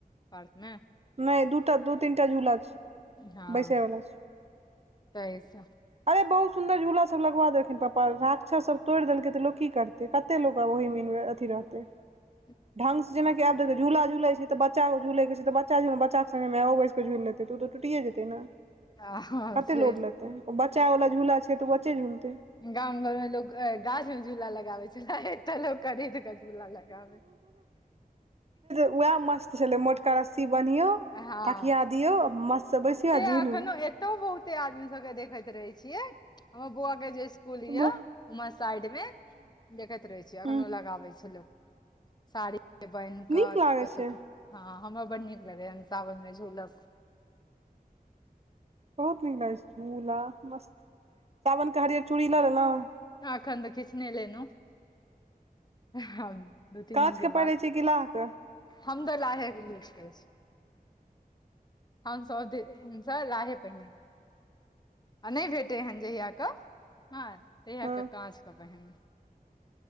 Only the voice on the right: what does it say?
नहि दूटा दू तीनटा झूल छै
बैसे वलाा छै
अरे बहुत सुन्दर झूला सब लगबा देलखिन पप्पा राक्षससभ तोड़ि देलकै त लोक की करतै क कतेलोग वही <unintelligible> अथी रहते
ढंग से जेना क देबे देख झूला झुलै छै तऽबच्चा झूल के छै बच्चा बच चामे बच्चा के संगे मायओ बैस क झुलि लतै त ओ त टुटिए जेतै ने
कते
लोड लेतै ओ बच्चावला झूला छै त बच्चे झूलतै
वएह मस्त छलै मोटका रस्सी बन्हिऔ
थकिया दियो मस्त बैसियौ
आ
झूलू
हूँ
हूँ
नीक लागै
छै
बहुत नीक लागे छै झूला मस्त सावनके हरियर चूड़ी लऽ लेलहु
काँच
पहिरै छियै कि लाह के
हँ